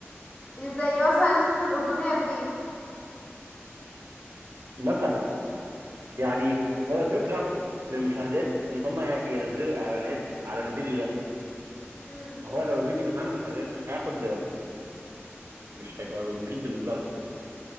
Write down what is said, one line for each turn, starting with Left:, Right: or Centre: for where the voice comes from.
Left: زي مثلا السوس الاردنيه دي
Right: مثلا يعني
Left: م.
Right: هو الفكره من المشاهدات ان هم ينزلوا اعلانات على الفيديو ده
Left: م.
Right: فهو لو الفيديو مش عامل مشاهدات مش هياخد مش هيبقى مفيد بالنسبه لهم